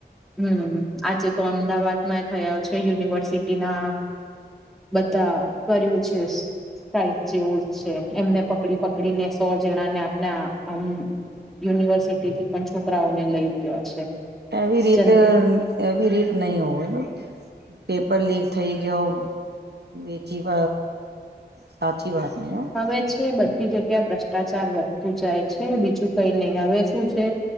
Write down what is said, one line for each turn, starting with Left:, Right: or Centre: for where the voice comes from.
Centre: હમ્મ આજે તો અમદાવાદ માં થયા છે યુનિવર્સિટીના બધા કર્યું છે. <inaudible> જેવું જ છે એમને પકડી પકડીને સો જણા ને આપણા આમ યુનિવર્સિટીથી પણ છોકરાઓને લઇ ગયા છે.
Right: એવી રીતે
Centre: જન
Right: એવી રીત નહી હોય પેપર લીક થઈ ગયો. બેચી બ સાચી વાત નઇ ઓ.
Centre: હવે છે બધી જગ્યા એ ભ્રષ્ટાચાર વધ જાય છે. બીજું કઈ નઈ, અવે શું છે.